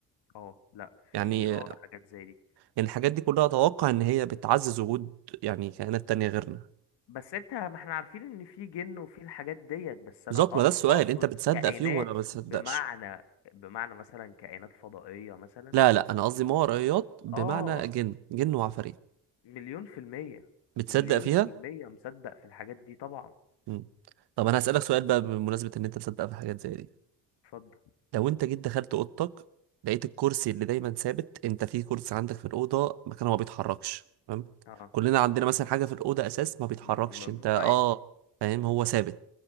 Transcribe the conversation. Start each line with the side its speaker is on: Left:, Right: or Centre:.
Left: اه لا
Right: يعني
Left: في اه حاجات زي دي
Right: يعني الحاجات دي كلها اتوقع ان هي بتعزز وجود يعني كائنات تانية غيرنا
Left: بس انت ما احنا عارفين ان في جن وفي الحاجات ديت بس انا
Right: بالظبط
Left: أ-
Right: ما ده السؤال
Left: اقصد
Right: انت بتصدق
Left: كائنات
Right: فيهم ولا ما بتصدقش
Left: بمعنى بمعنى مثلا كائنات فضائية مثلا
Right: لا لا انا قصدي ماورائيات بمعنى
Left: اه
Right: جن جن وعفاريت
Left: مليون في المية
Right: بتصدق
Left: مليون
Right: فيها
Left: في المية مصدق في الحاجات دي طبعا
Right: مم. طب انا هسألك سؤال بقى بمناسبة ان انت تصدق في حاجات زي دي
Left: اتفضل
Right: لو انت جيت دخلت اوضتك لقيت الكرسي اللي دايما ثابت انت في كرسي عندك في الاوضة مكانه ما بيتحركش تمام
Left: اه
Right: كلنا عندنا مثلا حاجة في الاوضة اساس ما بيتحركش
Left: ما ما
Right: انت
Left: ما-
Right: اه
Left: اي
Right: فاهم هو ثابت